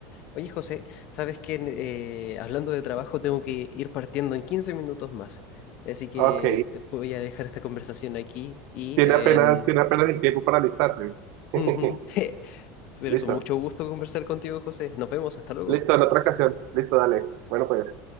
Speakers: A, on the left (about 55°); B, on the right (about 65°).
A: Oye, José, sabes que eh, hablando de trabajo tengo que ir partiendo en 15 minutos más, así que
B: Ok,
A: eh, voy a dejar esta conversación aquí y
B: Tiene
A: en...
B: apenas, tiene apenas el tiempo para alistarse. <laughs>
A: Ujú. <laughs> Pero
B: Listo.
A: es un mucho gusto conversar contigo, José. Nos vemos, hasta luego.
B: Listo, en otra ocasión. Listo, dale. Bueno, pues.